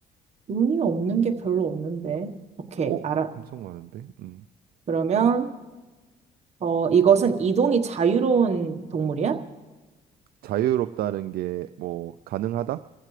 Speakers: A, on the right; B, on the right.
A: 눈이 없는 게 별로 없는데. 오케이,
B: 어,
A: 알아.
B: 엄청 많은데. 음.
A: 그러면, 어, 이것은 이동이 자유로운 동물이야?
B: 자유롭다는 게 뭐 가능하다?